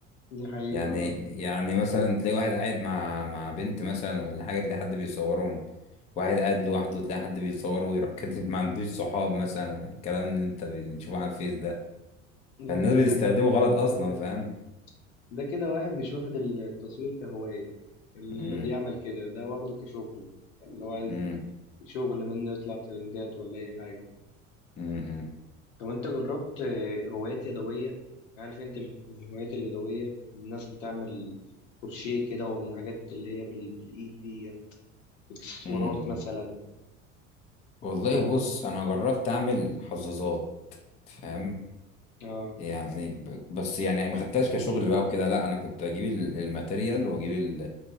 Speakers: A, on the left; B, on the left.
A: دي حقيقة
B: يعني
A: آه.
B: يعني مثلا تلاقي واحد قاعد مع مع بنت مثلا ولا حاجة تلاقي حد بيصورهم واحد قاعد لوحده تلاقي حد بيصوره ويروح <laughs> كاتب ما عندوش صحاب مثلا والكلام اللي انت بتشوفه على الفيس ده
A: لا
B: فالناس
A: دي دي
B: بتستخدمه
A: حاجات
B: غلط اصلا
A: <laughs> آه.
B: فاهم
A: ده كده واحد مش واخد التصوير كهواية اللي
B: امم
A: بيعمل كده ده واخده كشغل يعني اللي هو عايز
B: امم
A: شغل منه يطلع ترندات ولا أي حاجة
B: امم
A: طب انت جربت آه، هوايات يدوية عارف انت ال- الهوايات اليدوية الناس بتعمل كروشيه كده ولا حاجات اللي هي بال... بالايد دي اكسسوارات
B: امم
A: مثلا
B: والله بص انا جربت اعمل حظاظات فاهم
A: اه
B: يعني ب- بس يعني ما خدتهاش كشغل بقى وكده لا انا كنت اجيب ال- الماتيريال واجيب ال